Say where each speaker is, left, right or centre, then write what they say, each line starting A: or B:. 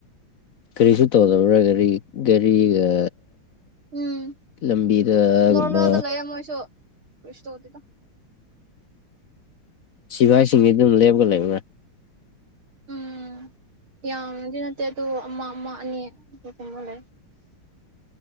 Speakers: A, on the left; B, on the right.
A: ꯀꯔꯤꯁꯨ ꯇꯧꯗꯕ꯭ꯔꯥ ꯒꯥꯔꯤ ꯒꯥꯔꯤꯒ
B: ꯎꯝ
A: ꯂꯝꯕꯤꯗꯒꯨꯝꯕ
B: ꯅꯣꯔꯃꯦꯜꯗ ꯂꯩꯔꯝꯃꯣꯏꯁꯨ ꯭ꯔꯤꯁꯇꯣꯗꯤꯗ꯫
A: ꯁꯤꯚꯥꯏ ꯁꯤꯡꯁꯤ ꯑꯗꯨꯝ ꯂꯦꯞꯒ ꯂꯩꯕ꯭ꯔꯥ?
B: ꯎꯝ ꯌꯥꯝꯗꯤ ꯅꯠꯇꯦ ꯑꯗꯨ ꯑꯃ ꯑꯃ ꯑꯅꯤ ꯑꯗꯨꯒꯨꯝꯕ ꯂꯩ꯫